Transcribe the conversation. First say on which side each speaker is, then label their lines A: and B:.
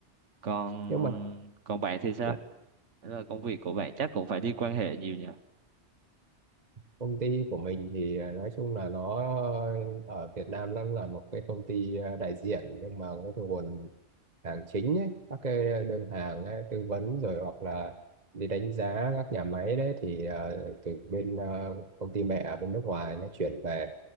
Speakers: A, on the right; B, on the right.
A: Còn
B: nhưng mà
A: còn bạn thì sao?
B: là,
A: Thế là công việc của bạn chắc cũng phải đi quan hệ nhiều nhỉ?
B: công ty của mình thì à, nói chung là nó ở Việt Nam nó là một cái công ty à, đại diện nhưng mà cái nguồn hàng chính ấy, các cái đơn hàng ấy, tư vấn rồi hoặc là đi đánh giá các nhà máy đấy thì à, từ bên à, công ty mẹ ở bên nước ngoài nó chuyển về